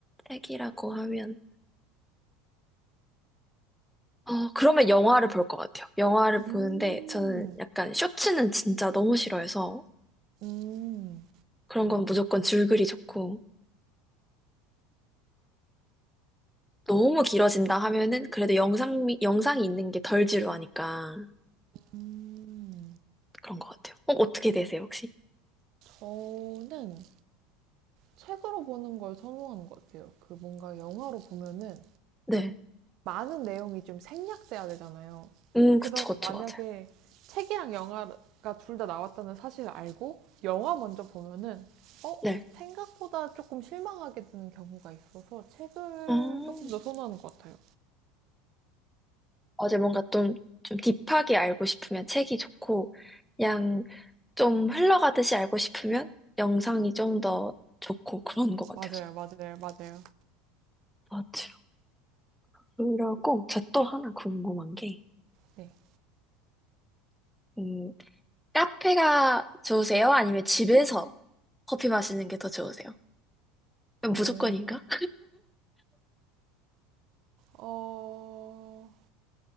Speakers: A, in the centre; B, on the right.
A: 책이라고 하면, 어, 그러면 영화를 볼 것 같아요. 영화를
B: 음.
A: 보는데, 저는 약간 쇼츠는 진짜 너무 싫어해서,
B: 음.
A: 그런 건 무조건 줄거리 좋고, 너무 길어진다 하면은 그래도 영상, 영상이 있는 게 덜 지루하니까
B: 음.
A: 그런 것 같아요. 어, 어떻게 되세요, 혹시?
B: 저는 책으로 보는 걸 선호하는 것 같아요. 그 뭔가 영화로 보면은
A: 네.
B: 많은 내용이 좀 생략돼야 되잖아요.
A: 음,
B: 그래서
A: 그쵸, 그쵸,
B: 만약에
A: 맞아요.
B: 책이랑 영화가 둘 다 나왔다는 사실을 알고 영화 먼저 보면은 어?
A: 네.
B: 생각보다 조금 실망하게 되는 경우가 있어서 책을
A: 어,
B: 조금 더 선호하는 것 같아요.
A: 어제 뭔가 좀, 좀 딥하게 알고 싶으면 책이 좋고, 그냥 좀 흘러가듯이 알고 싶으면 영상이 좀 더 좋고 그런 것 같아요.
B: 맞아요, 맞아요, 맞아요.
A: 맞아요. 그리고 저 또 하나 궁금한 게,
B: 네.
A: 음, 카페가 좋으세요? 아니면 집에서 커피 마시는 게 더 좋으세요? 무조건인가?
B: 어, 어,